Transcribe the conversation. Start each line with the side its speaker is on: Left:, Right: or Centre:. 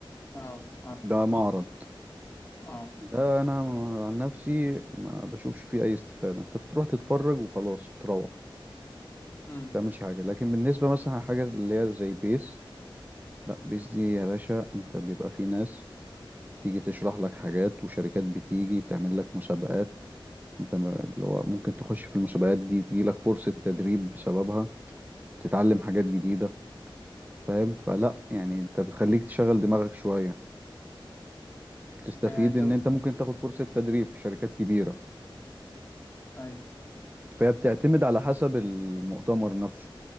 Left: اه عارف
Right: ده معرض
Left: اه
Right: ده انا عن نفسي ما بشوفش فيه اي استفادة انت بتروح تتفرج وخلاص بتروح
Left: امم
Right: تعملش حاجة لكن بالنسبة مثلا حاجة اللي هي زي بيس لا بيس دي يا باشا انت بيبقى في ناس بتيجي تشرح لك حاجات وشركات بتيجي بتعمل لك مسابقات انت ما- اللي هو ممكن تخش في المسابقات دي تجيلك فرصة تدريب بسببها تتعلم حاجات جديدة فاهم فلا يعني انت بتخليك تشغل دماغك شوية تستفيد
Left: ايوه يعني انت
Right: ان انت ممكن تاخد فرصة تدريب في شركات كبيرة
Left: ايوه
Right: فهي بتعتمد على حسب المؤتمر نفسه